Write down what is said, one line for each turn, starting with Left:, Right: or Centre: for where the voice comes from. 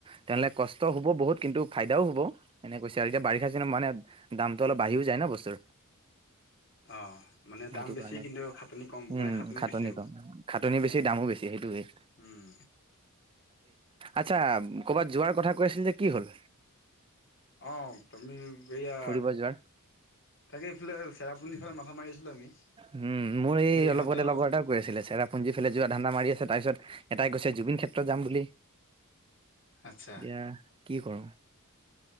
Right: তেনেহ'লে কষ্ট হ'ব বহুত। কিন্তু, ফাইদাও হ'ব এনেকে কৈছে আৰু এতিয়া বাৰিষা চিজনত মানে দামটো অলপ বাঢ়িও যায় ন বস্তুৰ।
Left: অ মানে
Right: সেইটো
Left: দাম বেছি
Right: কাৰণে
Left: কিন্তু খাটনি কম
Right: উম,
Left: মানে
Right: খাটনি
Left: বেছি হ'ব
Right: কম, খাটনি বেছি। দামো বেছি সেইটোৱেই।
Left: উম।
Right: আচ্ছা, কৰ'বাত যোৱাৰ কথা কৈ আছিলি যে, কি হ'ল?
Left: অ', তুমি এইয়া,
Right: ফুৰিব যোৱাৰ
Left: তাকে এইফালে চেৰা পুঞ্জী‌ ফালে মাথা মাৰি আছিলোঁ আমি।
Right: উম, মোৰ এই
Left: কিন্তু ইহঁতেও
Right: অলপতে লগৰ এটায়ো কৈ আছিলে চেৰাপুঞ্জী ফালে যোৱা ধান্দা মাৰি আছে, তাৰপিছত এটাই কৈছে জুবিন ক্ষেত্ৰত যাম বুলি।
Left: আচ্ছা।
Right: এতিয়া কি কৰোঁ?